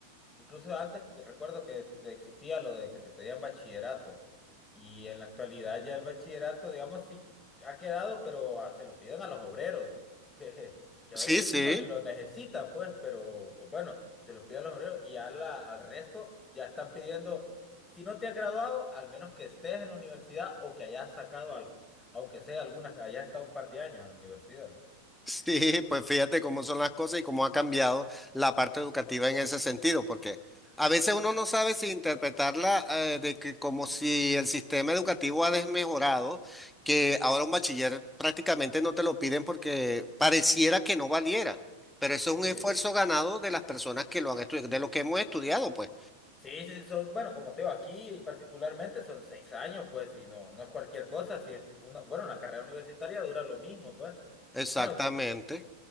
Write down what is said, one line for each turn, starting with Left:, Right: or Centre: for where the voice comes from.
Left: Incluso antes me recuerdo que te- existía lo de que te pedían bachillerato y en la actualidad ya el bachillerato, digamos, sí ha quedado, pero ah, se lo piden a los obreros, <laughs> que, que
Centre: Sí,
Left: a veces incluso
Centre: sí.
Left: ni lo necesitan, pues, pero pues bueno, se lo piden a los obreros y a la- al resto ya están pidiendo, si no te has graduado, al menos que estés en la universidad o que hayas sacado, al- aunque sea algunas, hayas estado un par de años en la universidad.
Centre: Sí, pues fíjate cómo son las cosas y cómo ha cambiado la parte educativa en ese sentido, porque a veces uno no sabe si interpretarla eh, de que como si el sistema educativo ha desmejorado, que ahora un bachiller prácticamente no te lo piden porque pareciera que no valiera, pero eso es un
Left: Sí.
Centre: esfuerzo ganado de las personas que lo han estudiado, de lo que hemos estudiado, pues.
Left: Sí, sí, son, bueno, como te digo, aquí y particularmente son seis años, pues, y no, no es cualquier cosa, si es una, bueno, una carrera universitaria dura lo mismo, pues.
Centre: Exactamente.
Left: Bueno, si-